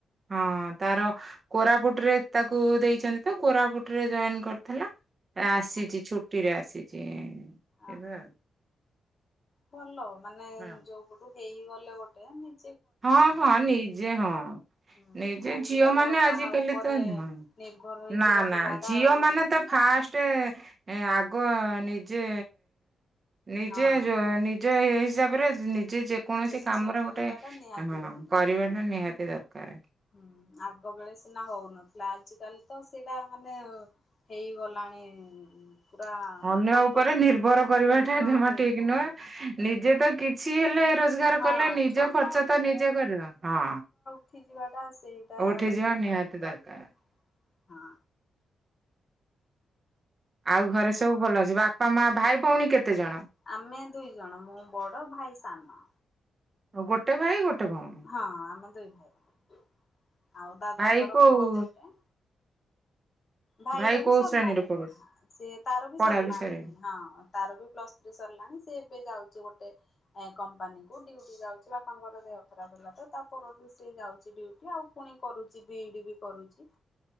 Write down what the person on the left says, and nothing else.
ଓହୋ
ଆ
ଭଲ ମାନେ
ଯୋଉ ପଟୁ ହେଇଗଲେ ଗୋଟେ ନି
ହୁଁ
ଆଜିକାଲି
ଆଉ କାହା
ଉପରେ
ନିର୍ଭର ହେଇକି
ରହିବାଟା
ଆଉ
ହଁ
ନିଜେ
କରିବା
ଟା ନିହାତି
ଦରକାର।
ହୁଁ ଆଗ ବେଳେ ସିନା ହୋଉନଥିଲା ଆଜି କାଲି ତ ସେଇଟା ମାନେ ହେଇଗଲାଣି। ପୁରା
କମ୍ପଲସରି
ନିର୍ଭର
ହେଇପାରିବ।
ହଁ
ଛୋଟ
ଉଠି ଯିବାଟା ସେଇଟା
ହୁଁ
ଦରକାର।
ହଁ।
ଆମେ ଦୁଇ ଜଣ ମୁଁ ବଡ ଭାଇ ସାନ।
ହଁ ଆମେ ଦୁଇ ଭାଇ। ଆଉ ଦାଦାଙ୍କର
ପୁଅ ଗୋଟେ। ଭାଇର
ବି ସରିଲାଣି
ପଢା ସିଏ ତାର ବି
ସରିଲାଣି
ହଁ। ତାର ବି ପ୍ଲସ୍ ଥ୍ରୀ ସରିଲାଣି ସିଏ ଏବେ ଯାଉଚି ଗୋଟେ ଏ କମ୍ପାନୀ କୁ ଡିୟୁଟି ଯାଉଚି ବାପାଙ୍କର ଦେହ ଖରାପ ହେଲା ତ ତା ପରଠୁ ସିଏ ଯାଉଚି ଡିୟୁଟି ଆଉ ପୁଣି କରୁଚି ବିଇ ଡି ବି କରୁଚି।